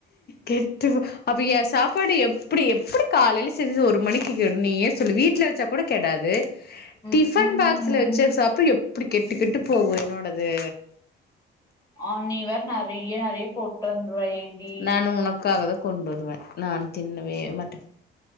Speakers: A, on the left (about 55°); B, on the left (about 20°).
A: கெட்டு போ அப்ப எ சாப் ப்படி எப்புடி எப்புடி காலையில செஞ்சு ஒரு மணிக்கு கெடு நீயே சொல்லு வீட்ல வெச்சா கூட கெடாது
B: ம்
A: டிஃபன்
B: ம்
A: பாக்ஸ்ல வெச்ச சாப்ப எப் புடி கெட்டுக்கெட்டு போகு என்னோடது
B: ஆங் நீ வேற் நறிய நறிய போட்டு வந்துருவ ஏண்டி
A: நா உனக்காகதா கொண்டு வருவே நா தின்னவே மாட்ட